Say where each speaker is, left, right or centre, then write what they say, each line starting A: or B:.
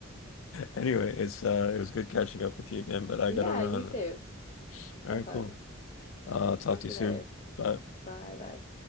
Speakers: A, on the left; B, on the left.
A: it's uh it was good catching up with you again, but
B: <laughs>
A: I
B: Yeah,
A: gotta run.
B: you too.
A: All right,
B: Defo.
A: cool. Uh, I'll talk
B: Talk
A: to
B: to
A: you soon.
B: you later.
A: Bye.
B: Bye bye.